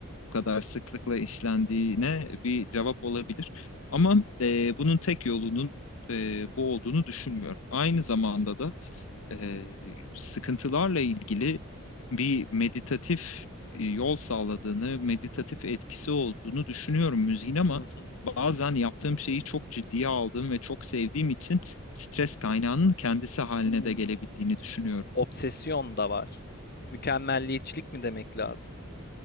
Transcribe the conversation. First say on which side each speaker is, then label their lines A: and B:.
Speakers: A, on the left; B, on the left.
A: bu kadar sıklıkla işlendiğine bir cevap olabilir. Ama e, bunun tek yolunun e, bu olduğunu düşünmüyorum. Aynı zamanda da e, sıkıntılarla ilgili bir meditatif e, yol sağladığını, meditatif etkisi olduğunu düşünüyorum müziğin ama
B: Hı hı.
A: bazen yaptığım şeyi çok ciddiye aldığım ve çok sevdiğim için stres kaynağının kendisi haline
B: Hımm.
A: de gelebildiğini düşünüyorum.
B: Obsesyon da var. Mükemmelliyetçilik mi demek lazım?